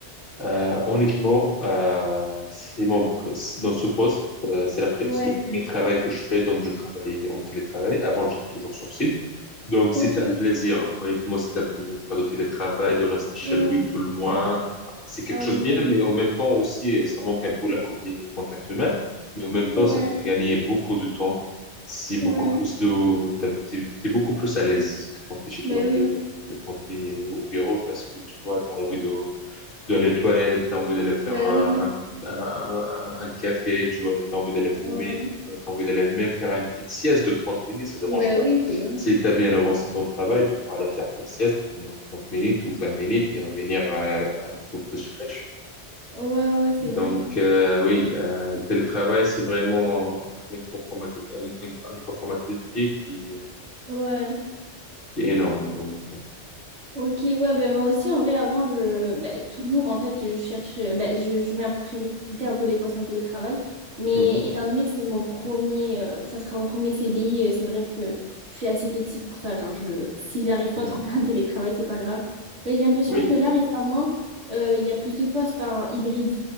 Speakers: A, on the left (about 50°); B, on the right (about 75°).
A: Euh, honnêtement, euh, c'est mon, pr- dans ce poste, euh, c'est la pr-
B: Ouais,
A: c'est le premier travail que je fais. Donc, je travaillais en télétravail. Avant, j'étais toujours sur site. Donc,
B: ok.
A: c'est un plaisir. Honnêtement, c'est un plaisir de faire du télétravail, de rester chez
B: Ouais.
A: lui tout le mois. C'est quelque
B: Ah
A: chose
B: oui,
A: de bien,
B: bah,
A: mais en même temps aussi, et ça manque un peu la côté contact humain. Mais en même temps,
B: ouais,
A: ça te fait gagner beaucoup de temps. C'est beaucoup
B: ouais.
A: plus de, t'as- t'es, t'es beaucoup plus à l'aise quand t'es chez toi
B: Bah
A: que,
B: oui,
A: que quand t'es au bureau parce que tu vois, t'as envie de d'aller les toilettes, t'as envie d'aller faire
B: bah
A: un,
B: oui,
A: un, un- un café, tu vois, t'as envie d'aller fumer,
B: ouais.
A: t'as envie d'aller même faire une petite sieste de 30 minutes, ça ne dérange
B: Bah
A: pas.
B: oui, c'est vrai.
A: Si t'as bien avancé ton travail, tu pourras aller faire ta sieste pendant 30 minutes ou 20 minutes et revenir euh, un peu plus fraîche.
B: Ouais, ouais, c'est
A: Donc,
B: vrai.
A: euh, oui, euh, le télétravail, c'est vraiment une conformati- un- un- une conformabilité qui, est-
B: Ouais.
A: qui est énorme. Donc,
B: Ok, ouais, ben moi aussi, en vrai, avant, je, ben, toujours, en fait, je cherche, ben, je, je mets en priorité un peu les postes en télétravail, mais
A: Mhm,
B: étant donné que c'est mon premier, euh, ça sera mon premier CDI, euh, c'est vrai que je suis assez flexible pour ça, genre, je, si j'arrive pas
A: mhm.
B: à trouver <laughs> un télétravail, c'est pas grave. Mais j'ai l'impression
A: oui.
B: que là, récemment, euh, il y a plus de postes en hybride.